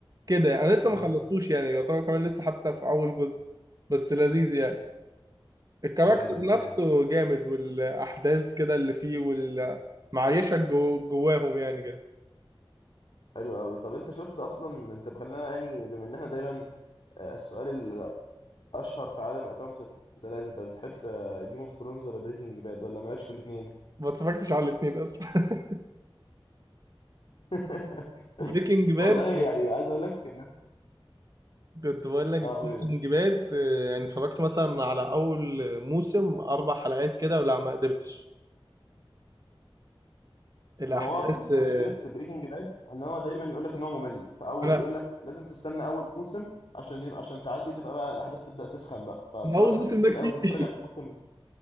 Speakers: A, on the right (about 40°); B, on the left (about 70°).
A: كده يعني، أنا لسه
B: مم،
A: ما خلصتوش يعني يعتبر كمان لسه حتى في أول جزء بس لذيذ يعني الكاركتر
B: جامد جامد
A: نفسه جامد والأحداث كده اللي فيه وال معيشك جو جواهم يعني
B: حلو قوي طب انت شفت اصلا انت بخلينا يعني بما ان احنا دايما آه، السؤال الاشهر في عالم الافلام والمسلسلات انت بتحب جيم اوف ثرونز ولا بريكنج باد ولا مالكش في الاثنين
A: ما اتفرجتش على الاثنين اصلا <laughs>
B: <laughs>
A: بريكنج باد
B: والله يعني عايز اقول لك إن-
A: كنت بقول لك بريكنج
B: اه قول يا باشا
A: باد يعني اتفرجت مثلا على اول موسم اربع حلقات كده ولا ما قدرتش الاحداث
B: ما هو مشكلة
A: آه،
B: بريكنج باد ان هو دايما يقول لك ان هو ممل في اول
A: انا
B: يقول لك لازم تستنى اول موسم عشان يبقى عشان تعدي تبقى بقى الاحداث تبدأ تسخن بقى فبصراحة
A: من اول
B: بحس
A: موسم
B: كتير
A: ده كتير
B: قوي انك
A: <laughs>
B: تتفرج على موسم